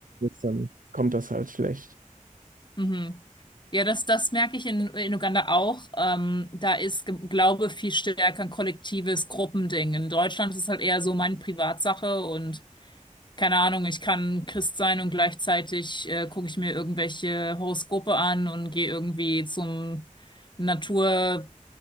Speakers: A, on the right (about 85°); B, on the left (about 35°).
A: dann kommt das halt schlecht.
B: Mhm. Ja, das, das merke ich in, in Uganda auch. Ähm, da ist Ge- Glaube viel stärker ein kollektives Gruppending. In Deutschland ist es halt eher so meine Privatsache und keine Ahnung, ich kann Christ sein und gleichzeitig äh, gucke ich mir irgendwelche Horoskope an und gehe irgendwie zum Natur,